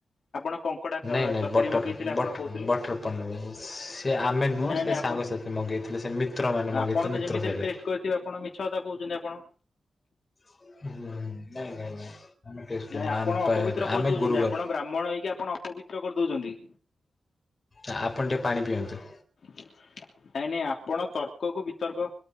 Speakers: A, on the left; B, on the left.
A: ଆପଣ କଙ୍କଡା
B: ନାଇଁ ନାଇଁ
A: ତରକାରୀ
B: <unintelligible>
A: ମଗେଇଥିଲେ ଆପଣ କହୁଥିଲେ
B: ସିଏ ଆମେ ନୁହଁ
A: ନାଇଁ
B: ସିଏ
A: ନାଇଁ ଆପଣ
B: ସାଙ୍ଗ ସାଥି ମଗେଇ ଥି <unintelligible> ମିତ୍ର ମାନେ ମଗେଇ
A: ଆପଣ
B: ଥିଲେ
A: ତ
B: ମିତ୍ର
A: ଯେମିତି
B: ଖାଇଲେ।
A: <unintelligible> ଆପଣ ମିଛ କଥା କୋହୁଛନ୍ତି ଆପଣ।
B: <unintelligible> କରୁନୁ
A: ନାଇଁ ଆପଣ
B: ଆମ ପାଇଁ
A: ଅପବିତ୍ର
B: ଆମେ
A: କରିଦୋଉଛନ୍ତି
B: ଗୁରୁବାର
A: ଆପଣ ବ୍ରାହ୍ମଣ ହେଇକି ଆପଣ ଅପବିତ୍ର କରିଦୋଉଛନ୍ତି।
B: ଆପଣ ଟିକେ ପାଣି ପିଅନ୍ତୁ।
A: ନାଇଁ ନାଇଁ ଆପଣ ତର୍କ କୁ ବିତର୍କ